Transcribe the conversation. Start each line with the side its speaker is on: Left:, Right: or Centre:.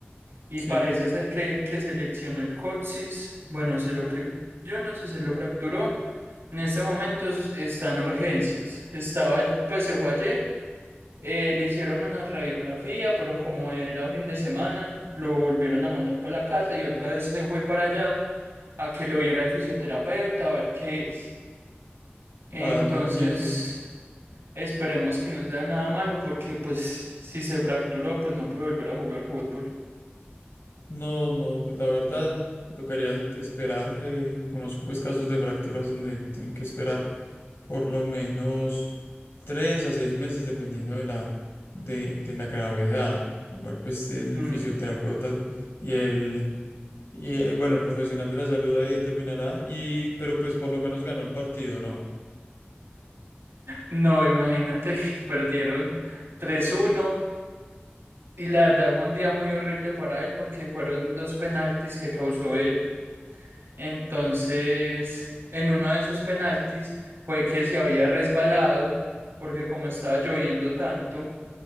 Right: y
Left: Sí,
Right: parece ser que, que se leccionó el coxis. Bueno, se lo que yo no sé, se lo fracturó. En este momento es- está en urgencias. Estaba, all- pues se fue ayer. eh, le hicieron una radiografía, pero como era fin de semana, lo volvieron a mandar para la casa y otra vez se fue para allá a que lo viera el fisioterapeuta, a ver qué es. Entonces.
Left: vale, entiendo.
Right: Esperemos que no sea nada malo porque pues si se fracturó pues no puede volver a jugar fútbol.
Left: No, no, pues la verdad, me tocaría esperar. eh, conozco pues casos de fracturas donde tienen que esperar por lo menos tres a seis meses, dependiendo de la, de, de la gravedad. Igual, pues el
Right: Mm.
Left: fisioterapeuta y el, y el- bueno, el profesional de la salud ahí determinará, y, pero pues por lo menos ganó el partido, ¿no?
Right: No, imagínate que <laughs> perdieron tres uno y la verdad fue un día muy horrible para él porque fueron dos penaltis que causó él. Entonces, en uno de esos penaltis fue que se había resbalado porque como estaba lloviendo tanto,